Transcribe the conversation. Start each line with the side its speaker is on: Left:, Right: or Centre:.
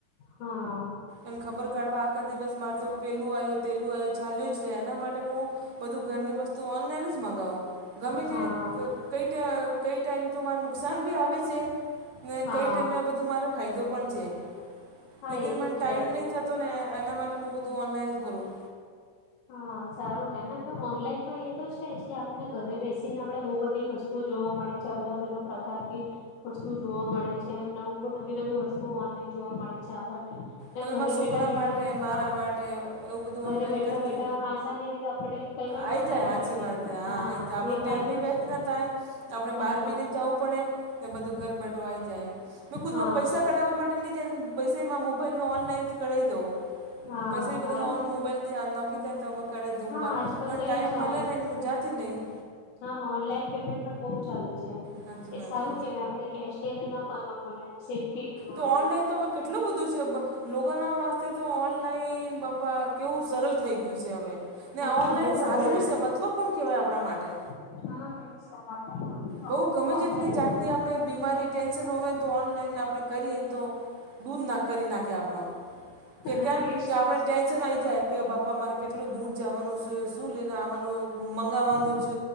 Left: હા
Right: એને ખબર કાઢવા આખા દિવસ મારે તો પેલું આવ્યો, પહેલું આવ્યો ચાલ્યું જ રહે એના માટે હું, બધું ઘરની વસ્તુ ઓનલાઈન જ મંગાવું, ગમે
Left: હા
Right: તે કંઈ ટ કંઈ ટાઈમ તો મારે નુકસાન બી આવે છે. ને
Left: હા
Right: કંઈ ટાઈમે આ બધું મારે ફાયદો પણ છે,
Left: હા
Right: લેક
Left: એ
Right: મને
Left: તો છે
Right: ટાઈમ
Left: જ
Right: નહીં થતો. ને એના માટે હું બધું ઓનલાઈન ભરું
Left: હા સારું નાને ઓનલાઈનમાં એ તો છે જ કે આપને ઘરે બેસીને આપડે બહુ બધી વસ્તુ જોવા મળે છે અલગ અલગ પ્રકારની વસ્તુ જોવા મળે છે, એમ નવું નવી નવી વસ્તુ ઓનલાઈન જોવા મળે છે, આપણને ને
Right: ભલે
Left: ઘરે
Right: છોકરા
Left: બેઠા
Right: માટે
Left: બેઠા
Right: મારા
Left: હા
Right: માટે એવું બધું
Left: ઘરે
Right: ઓનલાઈન
Left: બેઠા
Right: કરી
Left: બેઠા
Right: દ
Left: આસાની રીતે આપણે કઈ પણ
Right: આઈ
Left: મંગાવી
Right: જાય સાચી
Left: શકીએ
Right: વાત
Left: છીએ
Right: હા આ જાય આપણો
Left: એ
Right: ટાઈમ
Left: ફાયદો
Right: ભી બેસ્ટ
Left: છે
Right: ના થાય. આપણે
Left: હા
Right: બહાર ભી નઈ જવું પડે. બધું ઘર બેઠો આવી જાય બે ખુદમાં
Left: હા
Right: પૈસા કઢાવવા માટે નહીં નય પૈસામાં. ઓનલાઈનથી કરાઈ દઉ
Left: હા
Right: પૈસા
Left: સારું
Right: બધા ઓ
Left: ને
Right: મોબાઈલથી આ નોકી દમ તો કર દઉ
Left: હા
Right: બાર,
Left: આજકાલ
Right: પણ
Left: તો
Right: ટાઈમ
Left: એ છે
Right: મલેને
Left: ઓન
Right: નહીં મુંઝાતી નહી.
Left: હા ઓનલાઈન પેમેન્ટ પણ બહુ ચાલે છે,
Right: સાચી
Left: એ
Right: વાત
Left: સારું
Right: છે
Left: કેવાય આપે. કેશ લઈને ના પડે એમ. સેફ્ટી રહે.
Right: તો ઓનલાઈન તો હવે કેટલું. એટલું બધું છે, લોકોના વાસ્તે તો ઓનલાઈન બાપા કેવું સરળ થઈ ગયું છે. હવે ને
Left: હા
Right: ઓનલાઈન
Left: બહુ બધું
Right: સારું બી
Left: એમ
Right: છે મહત્વપૂર્ણ કહેવાય આપણા માટે
Left: હા જો
Right: બહુ ગમે
Left: ઓનલાઈન
Right: તેટલી જાતની આપણે બીમારી ટેન્શન હોય તો ઓનલાઈન આપણે કરીએને તો દૂર ના કરી નાખે આપણો કે
Left: હા
Right: કેમ
Left: એજ
Right: કે આપણે ટેન્શન આવી જાય કે બાપા મારે કેટલું દૂર જવાનું છે શું લઈને આવવાનું મંગાવવાનું
Left: હા
Right: છ